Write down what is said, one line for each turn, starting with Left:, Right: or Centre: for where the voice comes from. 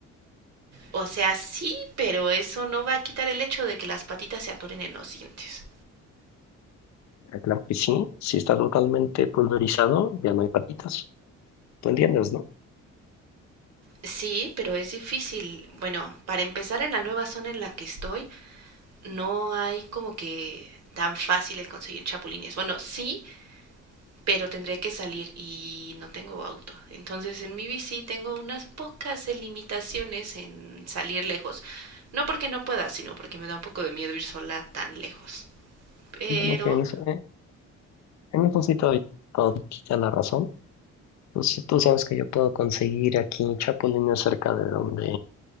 Right: o sea, sí, pero eso no va a quitar el hecho de que las patitas se atoren en los dientes.
Left: Ah, Claro que sí, si está totalmente pulverizado, ya no hay patitas. Tú entiendes, ¿no?
Right: Sí, pero es difícil. Bueno, para empezar en la nueva zona en la que estoy, no hay como que tan fácil el conseguir chapulines. Bueno, sí, pero tendré que salir y no tengo auto. Entonces en mi bici tengo unas pocas limitaciones en salir lejos. No porque no pueda, sino porque me da un poco de miedo ir sola tan lejos. Pero
Left: Bueno, que en eso, eh, en eso sí te doy todita la razón. Tú, sí- tú sabes que yo puedo conseguir aquí chapulines cerca de donde